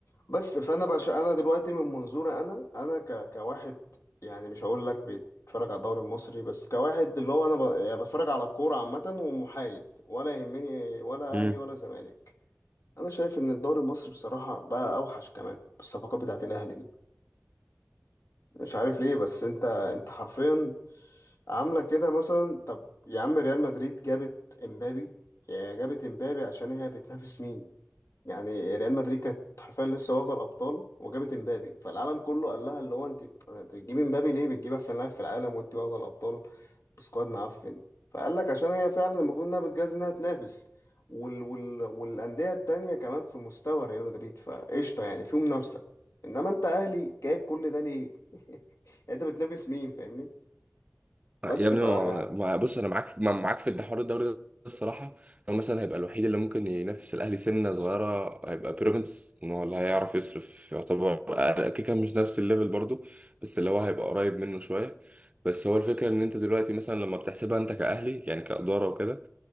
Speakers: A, on the left (about 90°); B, on the right (about 30°).
A: بس فانا بقى انا دلوقتي من منظوري انا انا ك كواحد يعني مش هقول لك بيتفرج على الدوري المصري بس كواحد اللي هو انا ب... يعني بتفرج على الكوره عامه ومحايد ولا يهمني ولا
B: امم
A: اهلي ولا زمالك انا شايف ان الدوري المصري بصراحه بقى اوحش كمان بالصفقات بتاعت الاهلي دي مش عارف ليه بس انت انت حرفيا عاملة كده مثلا طب يا عم ريال مدريد جابت امبابي يا جابت امبابي عشان هي بتنافس مين يعني ريال مدريد كانت حرفيا لسه واخدة الأبطال وجابت امبابي فالعالم كله قال لها اللي هو انت انت بتجيبي امبابي ليه بتجيب احسن لاعب في العالم وانت واخدة الأبطال بسكواد معفن فقال لك عشان هي فعلا المفروض انها بتجهز انها تنافس وال... وال... والأندية التانية كمان في مستوى ريال مدريد فقشطة يعني في منافسة انما انت اهلي جايب كل ده ليه <laughs> يعني انت بتنافس مين فاهمني بس
B: يا ابني
A: فانا
B: ما ما- بص انا معاك ما- معاك في الحوار الدوري ده الصراحه هو مثلا هيبقى الوحيد اللي ممكن ينافس الاهلي سنه صغيره هيبقى بيراميدز ان هو اللي هيعرف يصرف يعتبر أقل- كده كده مش نفس الليفل برضو بس اللي هو هيبقى قريب منه شويه بس هو الفكره ان انت دلوقتي مثلا لما بتحسبها انت كاهلي يعني كاداره وكده